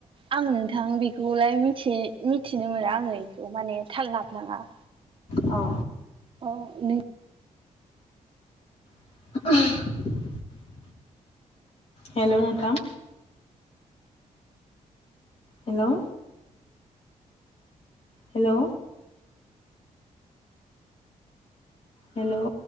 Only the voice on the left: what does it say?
औ
<inaudible> हेलौ नोंथां हेलौ हेलौ हेलौ